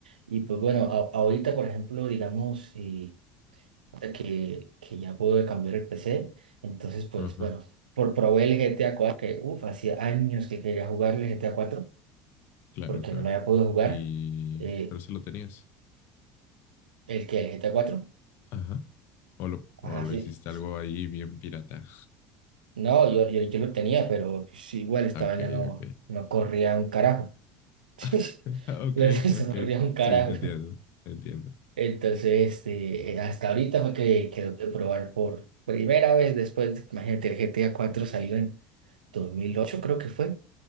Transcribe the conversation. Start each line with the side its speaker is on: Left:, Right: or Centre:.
Right: Y pues bueno, a- ahorita, por ejemplo, digamos, y ahorita que, que ya pude cambiar el PC, entonces, pues
Left: Ajá,
Right: bueno, por probé el GTA cuatro que uff, hacía años que quería jugar el GTA cuatro
Left: claro,
Right: porque
Left: claro.
Right: no lo había podido jugar.
Left: Y
Right: Eh,
Left: pero si lo tenías.
Right: ¿el que ¿El GTA cuatro
Left: Ajá. O lo,
Right: Ajá,
Left: o lo
Right: sí.
Left: hiciste algo ahí bien pirata.
Right: No, yo, yo, yo lo tenía, pero pues, igual esta
Left: Ok,
Right: vaina no,
Left: ok.
Right: no corría un carajo.
Left: <laughs>
Right: <laughs>
Left: Ok,
Right: La verdad, no se
Left: ok.
Right: corría un carajo.
Left: Sí, entiendo, entiendo.
Right: Entonces, este, hasta ahorita fue que quedó de probar por primera vez después, de- imagínate, el GTA cuatro salió en dos mil ocho creo que fue,